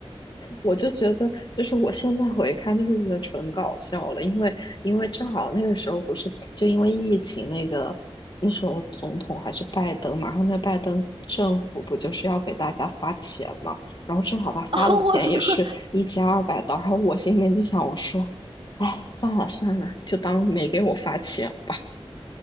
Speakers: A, on the left; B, on the right.
A: 我就觉得，就是我现在回看，就是觉得纯搞笑了，因为因为正好那个时候不是就因为疫情那个那时候总统还是拜登嘛，然后那拜登政府不就是要给大家发钱嘛，然后正好他发的钱也是一千二百刀，
B: <laughs> 啊，我都
A: 然后我心里面就想，我说，哎，算了算了，就当没给我发钱。吧。